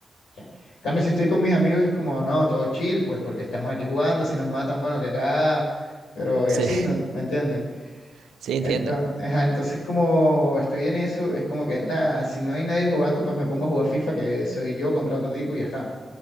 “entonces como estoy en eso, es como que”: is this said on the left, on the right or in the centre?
Left